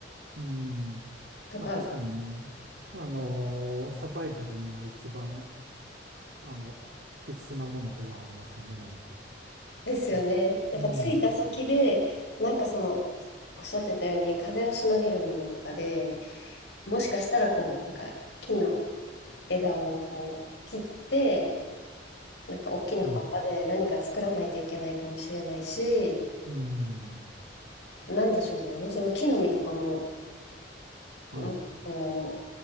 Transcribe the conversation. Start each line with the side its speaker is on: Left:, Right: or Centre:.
Right: うん。
Left: とか
Right: まあ確かにね、あのーサバイバルには一番、あの、必須なものではありますよね、ナイフ
Left: ですよね。
Right: は。
Left: なんか着いた先で、
Right: うん。
Left: なんかその、おっしゃってたように、風をしのげるものとかで、もしかしたらこう、なんか木の枝をこう切って、なんか大きな葉っぱで何か作らないといけないかもしれないし、
Right: うん。うん。
Left: なんでしょうね。もうその木の実とかも、
Right: はい。
Left: なんかこ